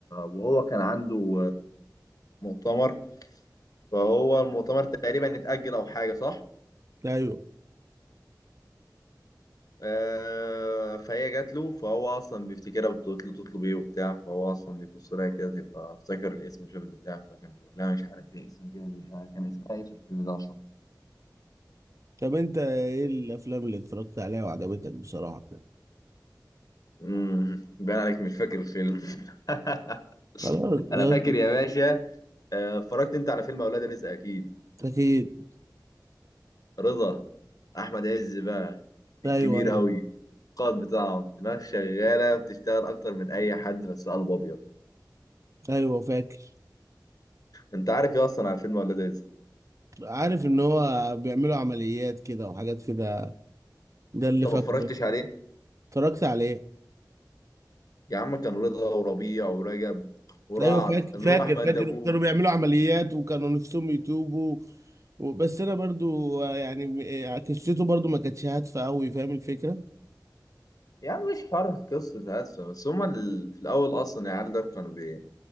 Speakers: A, on the left (about 55°); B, on the right (about 45°).
A: وهو كان عنده مؤتمر فهو المؤتمر تقريبا اتاجل او حاجه صح
B: ايوه
A: آه فهي جات له فهو اصلا بيفتكرها بتطل- بتطلب ايه وبتاع فهو اصلا بيبص لها كده تبقى افتكر الاسم وشاف البتاع فكان بيقول لها مش عارف ايه اسم كده دي آه، كان اسمها ايه في الفيلم ده اصلا
B: طب انت ايه الافلام اللي اتفرجت عليها وعجبتك بصراحة كده؟
A: امم باين عليك مش فاكر الفيلم <laughs>
B: خلاص يا-
A: انا فاكر يا باشا آه، اتفرجت انت على فيلم اولاد رزق اكيد
B: اكيد
A: رضا احمد عز بقى
B: ايوه
A: الكبير
B: ايوه
A: قوي القائد بتاعهم دماغ شغاله بتشتغل اكتر من اي حد بس قلب ابيض
B: ايوه فاكر
A: انت عارف ايه اصلا على فيلم اولاد رزق
B: عارف ان هو بيعملوا عمليات كده وحاجات كده ده اللي
A: انت ما
B: فاكره
A: اتفرجتش عليه
B: اتفرجت عليه
A: يا عم كان رضا وربيع ورجب ورعد
B: ايوه فاكر
A: اللي
B: فاكر
A: هو احمد
B: فاكر
A: دبوب
B: كانوا بيعملوا عمليات وكانوا نفسهم يتوبوا و- بس انا برضو آه، يعني م- آه، قصته برضو ما كانتش هادفه قوي فاهم الفكره
A: يا عم مش حوار قصة هادفة بس هما ال- في الأول أصلا العيال دول كانوا بي...